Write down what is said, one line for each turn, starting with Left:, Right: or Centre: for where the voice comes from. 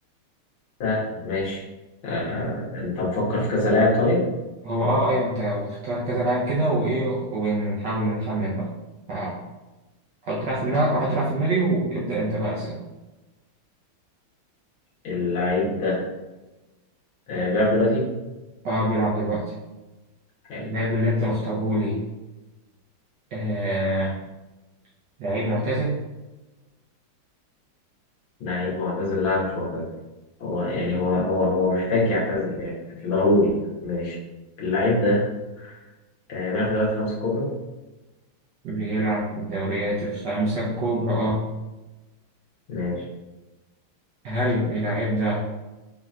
Left: سهل ماشي آه، انت مفكر في كذا لاعب طيب
Right: هو أه أيوه أنت بتختار كذا لاعب كده وإيه وبنحاول نخمن بقى فحط لاعب في دماغك وأنا هحط لاعب في دماغي وابدأ أنت بقى أسئلة
Left: اللعيب ده آه، بيلعب دلوقتي
Right: أه بيلعب دلوقتي
Left: حلو
Right: اللاعب اللي أنت مختارهولي آه لعيب معتزل
Left: لعيب معتزل لا مش معتزل هو يعني هو هو هو محتاج يعتزل يعني ضروري ماشي اللعيب ده آه، بيلعب في دوري الخمسة الكبرى
Right: بيلعب في الدوريات الخمسة الكبرى اه
Left: ماشي
Right: هل اللاعب ده